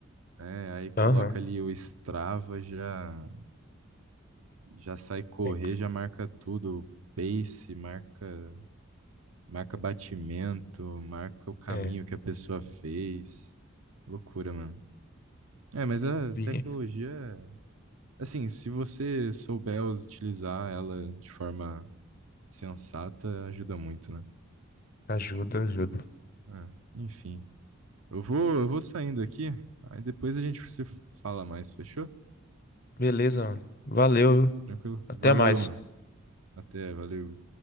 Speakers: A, on the right (about 80°); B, on the left (about 40°).
A: né? Aí coloca
B: Aham.
A: ali o Strava, já já sai correr,
B: É,
A: já marca tudo. O Pace, marca Marca batimento, marca o caminho
B: é.
A: que a pessoa fez. Loucura, mano. É, mas a
B: Sim.
A: tecnologia, assim, se você souber utilizar ela de forma sensata, ajuda muito, né?
B: Ajuda, ajuda.
A: É, enfim. Eu vou, eu vou saindo aqui, aí depois a gente se fala mais, fechou?
B: Beleza, mano. Valeu.
A: Tranquilo?
B: Até
A: Valeu,
B: mais.
A: mano. Até, valeu.